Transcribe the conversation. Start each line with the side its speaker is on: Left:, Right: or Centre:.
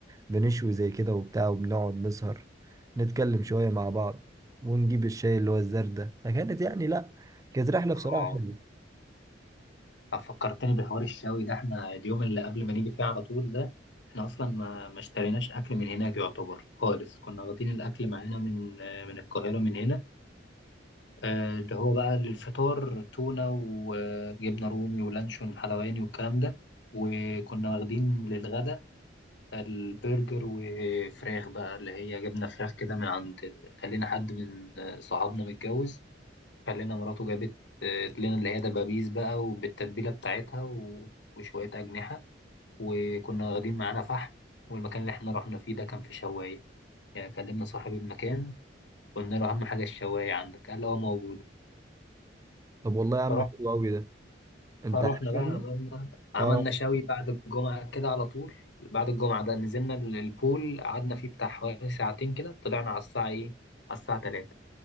Right: بنشوي زي كده وبتاع وبنقعد نسهر نتكلم شوية مع بعض ونجيب الشاي اللي هو الزردة فكانت يعني لا كانت رحلة بصراحة
Left: اه
Right: حلوة
Left: آه، فكرتني بحوار الشاوي ده احنا اليوم اللي قبل ما نيجي فيه على طول ده احنا اصلا ما ما اشتريناش اكل من هناك يعتبر خالص كنا واخدين الاكل معانا من آه، من القاهره من هنا آه، اللي هو بقى للفطار تونه وجبنه رومي ولانشون حلواني والكلام ده وكنا واخدين للغدا البرجر وفراخ بقى اللي هي جبنه فراخ كده من عند خلينا حد من آه، صحابنا متجوز خلينا مراته جابت آه، لنا اللي هي دبابيس بقى وبالتتبيلة بتاعتها و- وشوية أجنحة وكنا واخدين معانا فحم والمكان اللي احنا رحنا فيه ده كان في شواية يعني كلمنا صاحب المكان قلنا له أهم حاجة الشواية عندك قال اه موجودة
Right: طب والله يا عم
Left: فروح
Right: حلو قوي ده انت
Left: فروحنا
Right: عارف
Left: بقى
Right: يعني
Left: عملنا عملنا
Right: اه
Left: شوي بعد الجمعة كده على طول بعد الجمعة ده نزلنا ال- البول قعدنا فيه بتاع حوالي ساعتين كده طلعنا على الساعة ايه على الساعة تلاتة